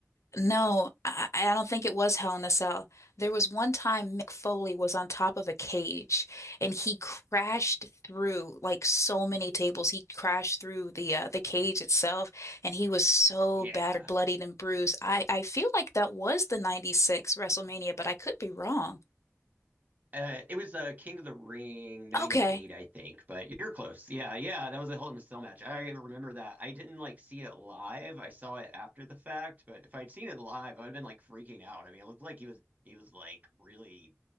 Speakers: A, on the left; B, on the right.
A: No, I, I don't think it was Hell in a Cell. There was one time Mick Foley was on top of a cage and he crashed through like so many tables. He crashed through the uh, the cage itself and he was so
B: Yeah.
A: battered, bloodied, and bruised. I, I feel like that was the 96 WrestleMania, but I could be wrong.
B: Uh, it was uh, King of the Ring '98,
A: Okay.
B: I think. But you're close. Yeah, yeah, that was a Hell in a Cell match. I remember that. I didn't like see it live. I saw it after the fact. But if I'd seen it live, I'd have been like freaking out. I mean, it looked like he was he was like really.